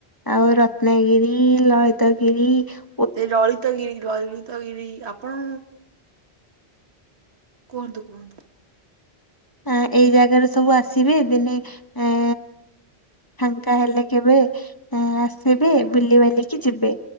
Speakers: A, on the left (about 20°); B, on the right (about 80°).
A: ଆଉ ରତ୍ନଗିରି ଲଳିତ ଫେରି <unintelligible>
B: ସେ ଲଳିତଗିରି ଲଳି ତଗିରି ଆପଣ କୁହନ୍ତୁ କୁହନ୍ତୁ।
A: ଆ ଏଇ ଜାଗାରେ ସବୁ ଆସିବେ ଦିନେ ଆ ଫାଙ୍କା ହେଲେ କେବେ ଆସିବେ ବୁଲିି ବାଲିକି ଯିବେ।